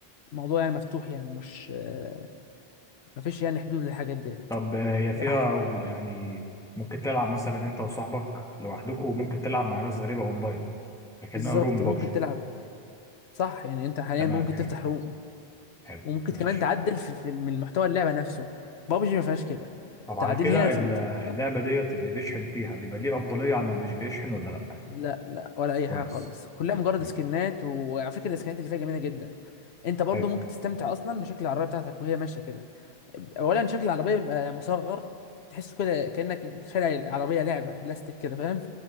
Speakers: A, on the left (about 85°); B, in the centre.
A: الموضوع يعني مفتوح يعني مش آه، مفيش يعني حدود للحاجات ديت
B: طب هي فيها
A: براحتك
B: يعني ممكن تلعب مثلا انت وصاحبك لوحدكم وممكن تلعب مع ناس غريبة اونلاين لكنها
A: بالظبط
B: روم بابجي
A: ممكن تلعب صح يعني انت حاليا
B: تمام
A: ممكن
B: حلو
A: تفتح روم
B: حلو
A: وممكن
B: ماشي
A: كمان تعدل في, في من محتوى اللعبه نفسه بابجي ما فيهاش كده
B: طب على
A: تعديل
B: كده
A: هنا
B: ال-
A: في ال-
B: اللعبة
A: في اللعبه
B: ديت اللي بيشحن فيها بيبقى ليه أفضلية عن اللي مش بيشحن ولا لأ
A: لا لا ولا اي
B: كويس
A: حاجه خالص كلها مجرد
B: ماشي
A: سكنات وعلى فكره السكنات اللي فيها جميله جدا انت برضو
B: حلو
A: ممكن تستمتع اصلا بشكل العربيه بتاعتك وهي ماشيه كده اولا شكل العربيه بيبقى مصغر تحسه كده كانك شارع العربيه لعبه بلاستيك كده فاهم